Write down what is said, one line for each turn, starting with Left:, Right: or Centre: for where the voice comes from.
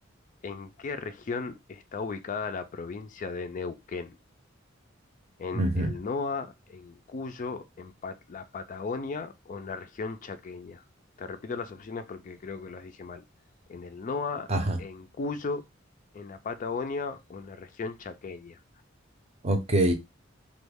Left: ¿En qué región está ubicada la provincia de Neuquén? ¿En
Right: Ujú.
Left: el NOA, en Cuyo, en Pat- la Patagonia o en la región chaqueña? Te repito las opciones porque creo que las dije mal. ¿En el NOA,
Right: Ajá,
Left: en Cuyo, en la Patagonia o en la región chaqueña?
Right: ok.